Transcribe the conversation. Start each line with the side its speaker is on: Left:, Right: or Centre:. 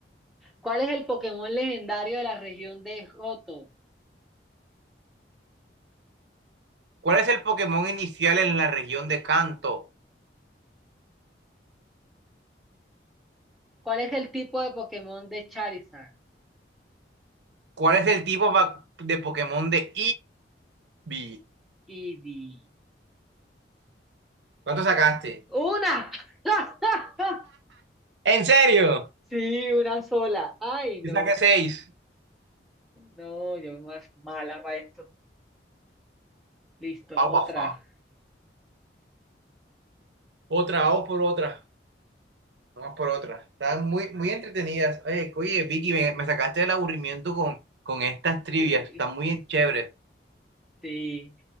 Centre: ¿Cuál es el Pokémon legendario de la región de Johto?
Right: ¿Cuál es el Pokémon inicial en la región de Kanto?
Centre: ¿Cuál es el tipo de Pokémon de Charizard?
Right: ¿Cuál es el tipo va- de Pokémon de Eevee?
Centre: Y di-
Right: ¿Cuánto sacaste?
Centre: ¡Una! <laughs>
Right: ¿En serio?
Centre: Sí, una sola. Ay, no.
Right: Y saqué seis.
Centre: No, yo más mala para esto. Listo,
Right: Albafa.
Centre: otra.
Right: Otra, vamos por otra. Vamos por otra. Están muy, muy entretenidas. Oye, oye, Vicky, me, me sacaste del aburrimiento con, con estas trivias.
Centre: Sí.
Right: Están muy chéveres.
Centre: sí.